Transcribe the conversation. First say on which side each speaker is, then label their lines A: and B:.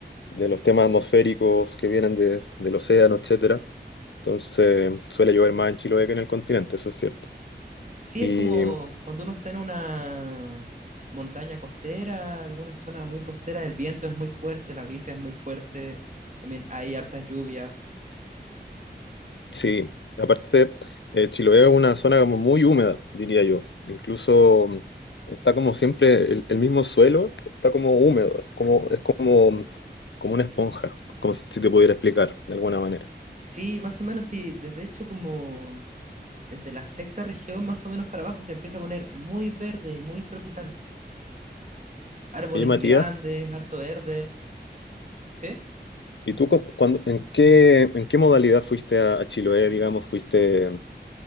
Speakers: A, on the left (about 85°); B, on the right (about 45°).
A: de los temas atmosféricos que vienen de- del océano, etcétera. Entonces, suele llover más en Chiloé que en el continente, eso es cierto.
B: Sí,
A: Y
B: es como cuando uno está en una montaña costera, alguna zona muy costera, el viento es muy fuerte, la brisa es muy fuerte, también hay hartas lluvias.
A: sí, aparte, eh, Chiloé es una zona como muy húmeda, diría yo. Incluso mm, está como siempre el, el mismo suelo, está como húmedo, es como, es como, como una esponja, como si si te pudiera explicar de alguna manera.
B: Sí, más o menos, sí, desde hecho como desde la sexta región más o menos para abajo se empieza a poner muy verde y muy tropical. Árboles
A: Oye, Matías.
B: grandes, harto verde, ¿sí?
A: ¿Y tú cu- cuándo- en qué, en qué modalidad fuiste a, a Chiloé, digamos? ¿Fuiste